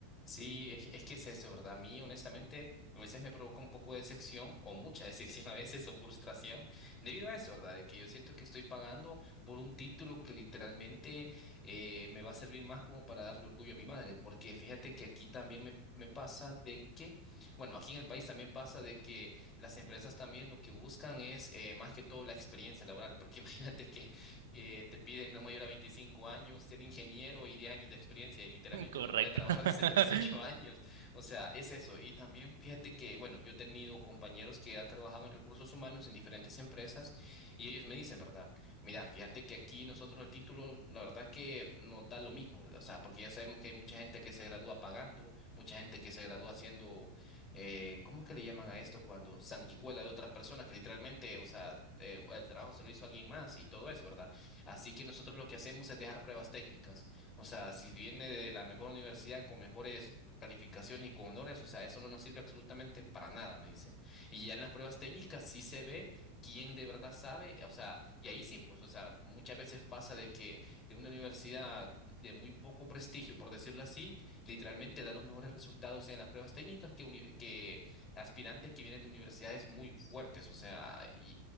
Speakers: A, on the left (about 30°); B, on the right (about 80°).
A: Sí, es, es que es eso, ¿verdad? A mí, honestamente, a veces me provoca un poco de decepción, o mucha <laughs> decepción a veces, o frustración, debido a eso, ¿verdad? De que yo siento que estoy pagando por un título que literalmente eh, me va a servir más como para darle orgullo a mi madre, porque fíjate que aquí también me, me pasa de que, bueno, aquí en el país también pasa de que las empresas también lo que buscan es eh, más que todo la experiencia laboral, porque <laughs> imagínate que eh, te piden no mayor a 25 años, ser ingeniero y 10 años de experiencia, y literalmente
B: <laughs> Correcto.
A: uno puede trabajar <laughs>
B: <laughs>
A: desde los 18 años. O sea, es eso. Y también fíjate que, bueno, yo he tenido compañeros que han trabajado en recursos humanos en diferentes empresas y ellos me dicen, ¿verdad? Mira, fíjate que aquí nosotros el título, la verdad que nos da lo mismo, ¿verdad? O sea, porque ya sabemos que hay mucha gente que se gradúa pagando, mucha gente que se gradúa haciendo, eh, ¿cómo es que le llaman a esto? Cuando sanguijuela de otra persona, que literalmente, o sea, eh, el trabajo se lo hizo alguien más y todo eso, ¿verdad? Así que nosotros lo que hacemos es dejar pruebas técnicas. O sea, si viene de la mejor universidad con mejores calificaciones y con honores, o sea, eso no nos sirve absolutamente para nada, me dicen. Y ya en las pruebas técnicas sí se ve quién de verdad sabe, o sea, y ahí sí, pues, o sea, muchas veces pasa de que de una universidad de muy poco prestigio, por decirlo así, literalmente da los mejores resultados en las pruebas técnicas que, uni- que aspirantes que vienen de universidades muy fuertes, o sea, y,